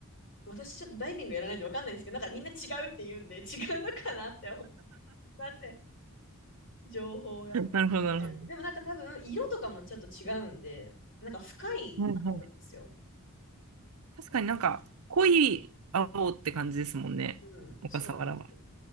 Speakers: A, on the left; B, on the right.
A: 私ちょっとダイビングやらないんでわかんないんですけど、なんかみんな違うって言うんで、違うのかなって思いません。情報が。
B: なるほど、なるほど。
A: でもなんか多分色とかもちょっと違うんで、なんか深い方なんですよ。
B: はいはい。確かになんか濃い青って感じですもんね、
A: うん、
B: 小笠原は。
A: そうなんです。